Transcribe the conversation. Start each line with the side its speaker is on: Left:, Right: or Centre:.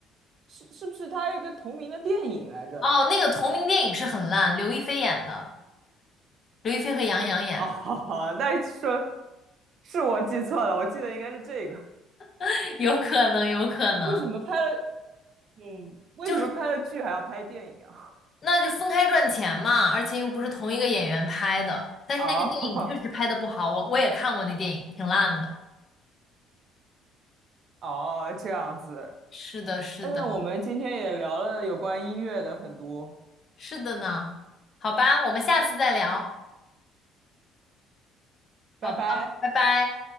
Right: 是是不是它有一个同名的电影来着？
Left: 哦，那个同名电影是很烂，刘亦菲演的，刘亦菲和杨洋演的，
Right: 哦，<laughs> 那说是我记错了，我记得应该是这个。
Left: <laughs> 有可能，有可能。
Right: 为什么拍了 <laughs>？嗯，为什么拍了剧还要拍电影啊？
Left: 就是。那就分开赚钱嘛，而且又不是同一个演员拍的。但是那个电影确实拍的不好，
Right: 哦
Left: 我我也看过那电影，挺烂的。
Right: <laughs> 哦，这样子。
Left: 是的，是的，
Right: 哎那我们今天也聊了有关音乐的很多，
Left: 是的呢。好吧，我们下次再聊。
Right: 拜拜。
Left: 好的，拜拜。